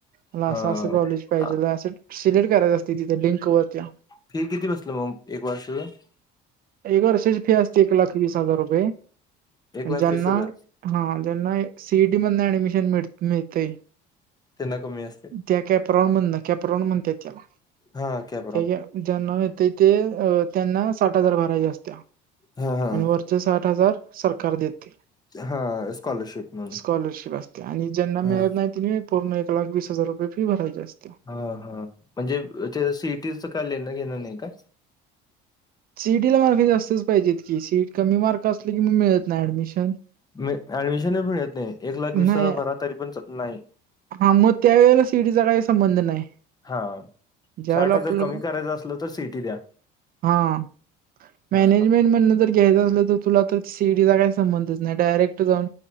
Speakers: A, on the right; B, on the left.
A: मला
B: हा
A: असं असं कॉलेज पाहिजेल हाय, असं सिलेक्ट करायचं असतय तिथं लिंक वर त्या.
B: फि किती बसलं मग एक वर्षाच.
A: एक वर्षाची फी असते एक लाख वीस हजार रुपये,
B: एक लाख
A: ज्यांना
B: वीस हजार
A: हां हां, ज्यांना सीईटी मधनं ऍडमिशन मिळ मिळतय
B: तंना कमी हाय.
A: त्या कॅप्रोण मधनं, कॅप्रोण म्हणत्यात त्याला.
B: हा कॅ
A: त्याच्या ज्यांना येतय ते, अ त्यांना साठ साठ हजार भरायची असत्या,
B: हा हा
A: आणि वरचं साठ हजार सरकार देतय.
B: हा स्कॉलरशिप म्हणून
A: स्कॉलरशिप असत्या, आणि ज्यांना
B: हा
A: मिळत नाही तनी पूर्ण एक लाख वीस हजार रुपये फी भरायची असत्या.
B: हा हा, म्हणजे त्यजं सीईटीचं काही घेणंदेणं नाही काय.
A: सिईटीला मार्क जास्तच पाहिजेत की, सीट कमी मार्क असले की म मिळत नाही ऍडमिशन.
B: मी ऍडमिशन मिळत नाही, एक लाख वीस
A: नाही
B: हजार भरा तरी पण नाही.
A: हा, मग त्या वेळेला सिईटीचा काही संबंध नाही.
B: हा
A: ज्यावेेळेला
B: साठ
A: आपलं,
B: हजार कमी करायचं असलं तर सीईटी द्या
A: हां. मॅनेजमेंट
B: हा
A: मधनं जर घ्यायचं असलं तर तुला तर सीईटीचा काय संबंधच नाही, डायरेक्ट जाऊन